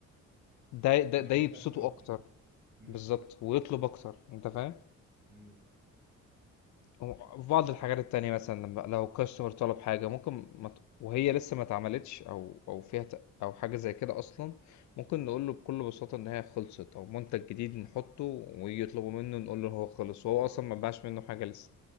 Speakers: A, on the left; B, on the right.
A: ده ده
B: هيحبك
A: ده يبسطه
B: اكتر
A: أكتر
B: امم
A: بالظبط ويطلب أكتر أنت فاهم؟
B: امم
A: هو في بعض الحاجات التانية مثلا لما لو كاستمر طلب حاجة ممكن ما ت- وهي لسه ما اتعملتش أو أو فيها ت- أو حاجة زي كده أصلا ممكن نقول له بكل بساطة إن هي خلصت أو منتج جديد نحطه ويجي يطلبوا منه نقول له إن هو خلص وهو أصلا ما باعش منه حاجة لسه